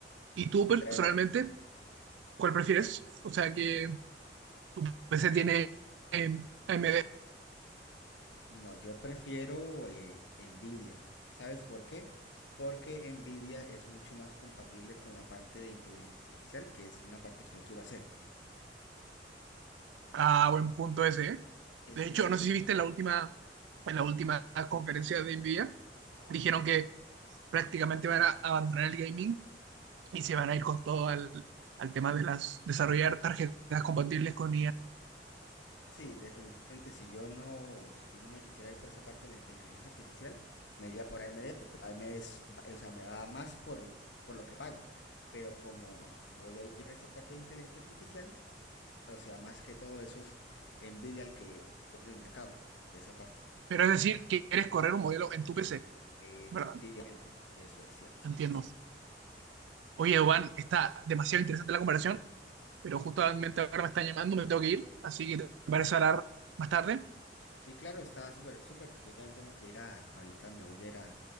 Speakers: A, on the right; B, on the left.
A: ¿Y tú personalmente,
B: tres meses.
A: cuál prefieres? O sea, que tu PC tiene eh, AMD a M D.
B: No, yo prefiero eh, Nvidia. ¿Sabes por qué? Porque Nvidia es mucho más compatible con la parte de inteligencia artificial, que es una parte que yo quiero hacer.
A: Ah, buen punto ese, ¿eh?
B: Ese,
A: De hecho,
B: si
A: no
B: yo,
A: sé si viste en la última, en la última conferencia de NVIDIA, dijeron que prácticamente van a abandonar el gaming y se van a ir con todo al, al tema de las desarrollar tarjetas compatibles con IA.
B: Sí, definitivamente si yo no, si yo no me quisiera ir por esa parte de la inteligencia artificial, me iría por AMD, porque AMD es, o sea, me da más por el- por lo que pago. Pero como voy a ir por esa parte de inteligencia artificial, o sea, más que todo eso es Nvidia el que domina el mercado de esa parte.
A: Pero es decir, que quieres correr un modelo en tu PC,
B: Efectivamente,
A: ¿verdad?
B: eso es cierto,
A: Entiendo.
B: así.
A: Oye, Juan, está demasiado interesante la conversación, pero justamente ahora me están llamando, me tengo que ir, así que te parece hablar más tarde.
B: Sí, claro, está súper, súper, porque yo también tengo que ir a, ahorita me voy a ir a,